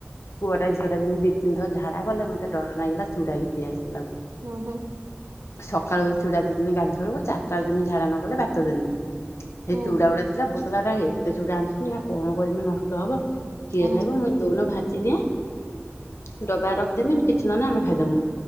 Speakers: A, on the left (about 75°); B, on the right (about 80°).
A: ପୁଅଟା ଝିଅଟା ଯେମିତି ଦି ତିିନ୍ ଥର ଝା ତା ଗଲେ ମତେ ଡର ଲାଗିଲା ସେ ଚୁଡ଼ା ଘିତି ଆସ୍
B: ହୁଁ ହୁଁ
A: ସକାଳୁ ଚୁଡ଼ା ଦେଇଦେନି ଗାଧୁଆବେଳକୁ ଚାରଟା ରେ ଯେମି ଝାଡ଼ା ନ କଲେ ଭାତ ଦେନି ସେ
B: ହୁଁ
A: ଚୁଡ଼ା ଗୁଡ଼ା ଥିଲା ବୋ ହେଲା ରା ଏତେ ଚୁଡ଼ା ଆଣିଛନ୍ ଏହା କଣ କରିବି ନଷ୍ଟ୍ ରବ କିଏ
B: ହୁଁ
A: ଖାଇବ ମୁଁ ଦଉନ ଭାତ୍ ଯିଦିଇଁଏ <unintelligible> ଡବା ରଖ୍ ଦେମିନି କିଛି ନ ନା ଆମେ ଖାଇଦେମୁ